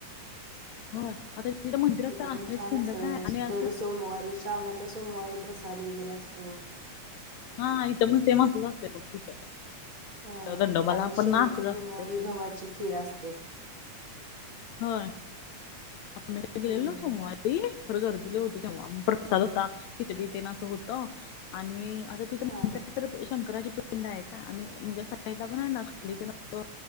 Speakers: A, on the left; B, on the right.
A: हो आता तिथ मंदिरात
B: तिथं
A: आहेच
B: पण छान
A: पिंड
B: असं
A: काय आणि असं.
B: दर सोमवारी श्रावणातल्या सोमवारी प्रसाद वगैरे असतो.
A: हा इथं पण सेम, असंच असते बघ तिथं.
B: अं..
A: दंडोबाला
B: आणि
A: पण
B: शेवटच्या
A: असंच
B: सोमवारी
A: असते
B: गव्हाची खीर असते.
A: होय, आम्ही बी
B: हम्म,
A: गेलेलो सोमवारी खरं गर्दी लै होती. तेव्हा प्रसाद
B: हं,
A: होता. खिचडी तेन असं होत आणि आता तिथं म्हण
B: हां हां
A: तर शंकराची पिंड आहे का, आणि म्हणजे अस साइडला आहे ना खाली तेन असं.